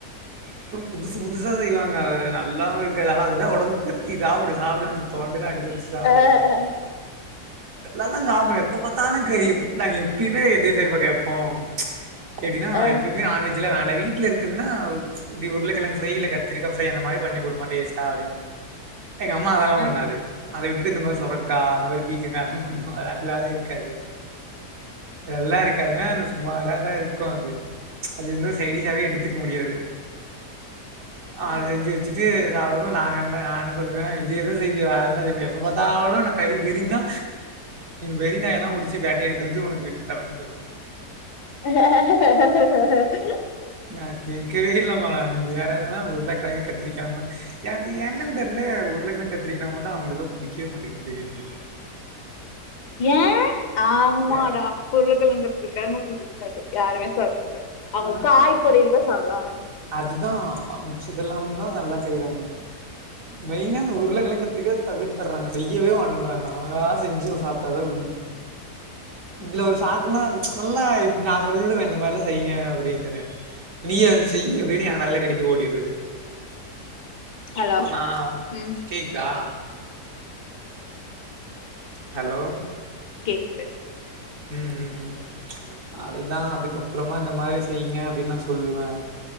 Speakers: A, on the right (about 55°); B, on the left (about 75°).
A: அப்புறம் புதுசு புதுசா செய்வாங்க ஹ நல்லாவே இருக்காது ஆனா அது தா ஒடம்பு சக்தி சாப்டு அப்டிதா தோண்டல அடிச் சாப்பிடுங்க
B: அ அ
A: எல்லாம் தான் சாப்பிடணும் எப்ப பார்த்தாலும் கறி எப்பங்க எப்யுமே எது தெரிமா கேட்போம் கேட்டீங்கன்னா
B: அ
A: எப்பவுமே இல்ல நானு வீட்டுல இருக்குதுன்னா இப்டி உருளைக்கிழங்கு ஃப்ரை இல்ல கத்திரிக்காய் ஃப்ரை அந்த மாரி பண்ணி குடுமா டேஸ்டா அப்டின்னு எங்க அம்மா அதெல்லாம்
B: அ
A: பண்ணாது அத விட்டு இந்த மாரி சொரக்கா அது மாரி பீக்க்கங்கால்லா ஒண்ணும் நல்லாவே இருக்காது எல்லா இருக்காங்க ரொம்ப சுமாராதா இருக்கும் அது அது வந்து ஒரு சைடிஷாவே எடுத்துக்க முடியாது அத
B: ம்
A: செஞ்சு வச்சுட்டு அவ்வளவும் நாங்க எல்லா சொல்லுங்க இதே தா செய்வியா எப்ப பாத்தாலும் கறி கறின்னா வெறி நாய் தா புடிச்சு வேட்டையாடிட்டு வந்து உனக்கு வெட்டி தரணும்னு சொல்லுவாங்க
B: <inaudible>
A: நான் கேட்கவே இல்லமா நா வேற ஏதன்னா ஒரு உருளைக்கெழங்கு கத்திரிக்கலானு தா எனக்கு என்னன்னு தெரில உருளைக்கெழங்கு கத்திரிக்கானா மட்டும் அவுங்களுக்கு எல்லா புடிக்கவே மாட்டுங்குது தெரில
B: ஏன் ஆமாடா
A: தே
B: உருளகெழங்கு கத்திரிக்கானா புடிக்காது யாருமே சாப்ட மாட்டாங்க அவுங்க
A: அ
B: காய்
A: அ
B: பொறியல் தா சாப்டுவாங்க
A: அதுதான் மிச்சதெல்லாம் வந்து தான் நல்லா செய்றாங்க மெய்னா உருளைக்கெழங்கு கத்திரிக்கா தவிர்த்து டுறாங்க செய்யவே மாட்டேன்றாங்க நாங்கள செஞ்சும் சாப்ட்டதா உண்டு இதுல ஒரு சாக்குனா நல்லா நா சொல்லுவேன் இந்த மாரில்லாம் செய்யுங்க அப்டின்னுட்டு நீய வந்து செய் அப்டின்னு என் தலையில கட்டிட்டு ஓடிறது அதுக்கப்பறம்
B: ஹலோ
A: நான்
B: ம்
A: கேக்குதா ஹலோ
B: கேக்குது
A: உஹம் உம் உம் அதுதா அதுக்கப்பறமா இந்த மாரி செய்யுங்க அப்டின்னு நான் சொல்லுவேன்